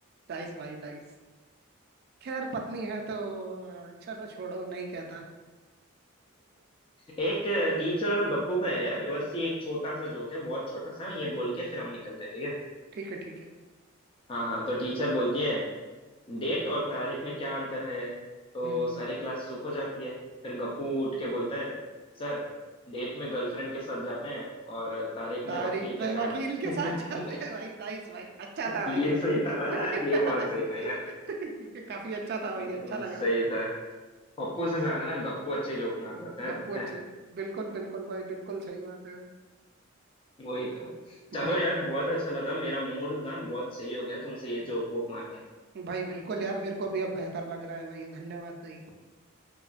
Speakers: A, on the right (about 50°); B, on the left (about 25°).
A: नाइस भाई नाइस खैर पत्नी है तो चलो छोड़ो नहीं कहता
B: एक टीचर और गप्पू का है यार बस ये एक छोटा सा जोक है बहुत छोटा सा ये बोल के फिर हम निकलते हैं ठीक है
A: ठीक है ठीक है
B: हाँ हाँ तो टीचर बोलती है डेट और तारीख में क्या अंतर है तो
A: हम्म हम्म,
B: सारी क्लास चुप हो जाती है फिर गप्पू उठ के बोलता है सर डेट में गर्लफ्रेंड के साथ जाते हैं और तारीख
A: तारीख
B: में वकील के
A: में
B: साथ
A: वकील के
B: <laughs>
A: साथ जाते हैं भाई नाइस भाई अच्छा था भाई
B: ये
A: ये
B: सही
A: <laughs>
B: था ना ये बहुत सही था यार
A: ये काफी अच्छा था भाई
B: हम्म,
A: अच्छा लगा
B: सही
A: भाई
B: था पप्पू से ज्यादा ना गप्पू अच्छे जोक मार देता है
A: गप्पू
B: पता
A: अच्छे
B: है
A: बिल्कुल बिल्कुल भाई बिल्कुल सही बात है भाई
B: वही तो चलो
A: भाई
B: यार
A: अ-
B: बहुत अच्छा लगा मेरा मूड ना बहुत सही हो गया तुमसे ये जोक वोक मार के
A: भाई बिल्कुल यार मेरे को भी अब बेहतर लग रहा है भाई धन्यवाद भाई